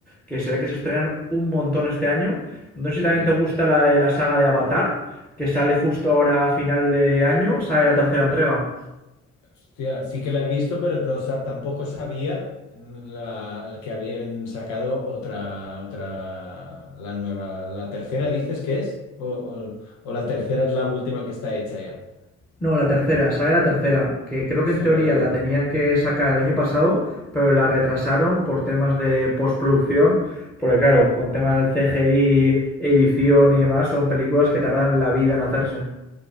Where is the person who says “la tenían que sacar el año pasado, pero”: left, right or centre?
Centre